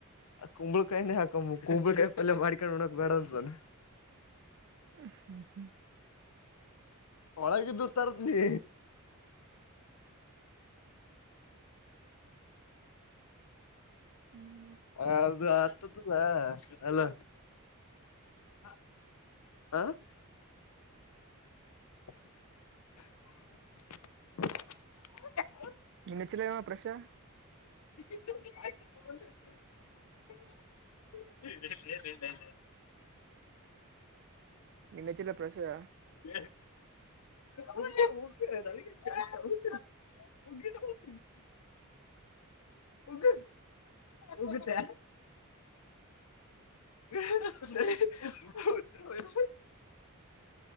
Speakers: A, on the left (about 80°); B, on the right (about 55°).
A: ಕುಂಬಳಕಾಯನೇ ಹಾಕ ಕುಂಬಳಕಾಯ ಎಲ್ಲ ಮಾಡಕೊಂಡು ಉಣಕ ಬ್ಯಾಡ ಅಂತಾದನು.
B: ಹ ಹ್ಮ ಹ್ಮ <unintelligible>
A: ಒಳಗಿದ್ದು ತರತೀನಿ
B: ಹ್ಮ್
A: ಹದು ಆತ ಅಲ <unintelligible> ಹಾ <inaudible> <inaudible>
B: ನಿನ್ೆಚ್ಚಲವ ಪ್ರಶಾ <unintelligible>
A: <inaudible>
B: ನಿನು ಹೆಚ್ಚಿಲ್ಲಾ ಪ್ರಸಗ
A: ಹ್ಮ <inaudible> ಮುಗ <unintelligible> ಉಗ ಉಗುತ್ತೆ <inaudible>